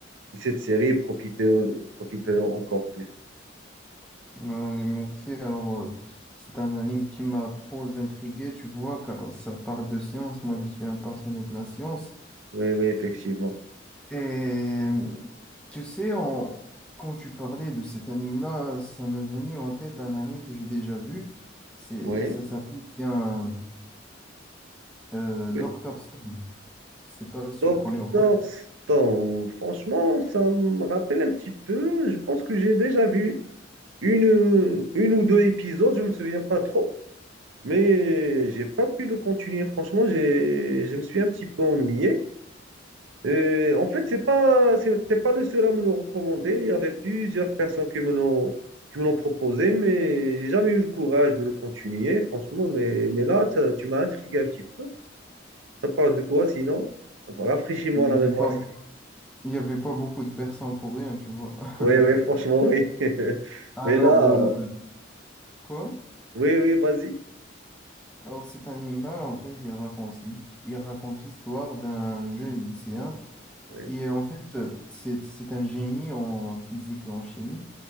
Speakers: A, on the right (about 90°); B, in the centre.
A: de cette série et profiter, profiter encore plus.
B: Ouais, merci. Alors, euh, c'est un anime qui m'a trop intrigué, tu vois, car ça parle de science. Moi, je suis un passionné de la science.
A: Oui, oui, effectivement.
B: Et tu sais, en- quand tu parlais de cet anime-là, ça m'est venu en tête un anime que j'ai déjà vu. C'est,
A: Oui.
B: ça s'appelle bien euh, Doctor
A: oui.
B: Stone. Je sais pas si
A: Doctor
B: tu le connais ou pas.
A: Stone, franchement, ça me rappelle un petit peu. Je pense que j'ai déjà vu une, euh, une ou deux épisodes, je me souviens pas trop, mais j'ai pas pu le continuer. Franchement, j'ai, je me suis un petit peu ennuyé. Euh, en fait, c'est pas, c'était pas le seul à me le recommander. Il y avait plusieurs personnes qui me l'ont, qui me l'ont proposé, mais j'ai jamais eu le courage de le continuer, franchement. Mais, mais là, ça- tu m'as intrigué un petit peu. Ça parle de quoi sinon? Enfin, rafraîchis-moi
B: Il n'y
A: la
B: avait
A: mémoire.
B: pas
A: Si...
B: Il n'y avait pas beaucoup de personnes pour rien, tu vois. <laughs>
A: Oui, oui, franchement, oui. <laughs>
B: Alors,
A: Mais là,
B: euh,
A: euh,
B: quoi?
A: oui, oui, vas-y.
B: Alors, cet anime-là, en fait, il raconte, il raconte l'histoire d'un jeune lycéen
A: Oui,
B: qui est, en fait, euh, c'est, c'est un génie en physique et en chimie.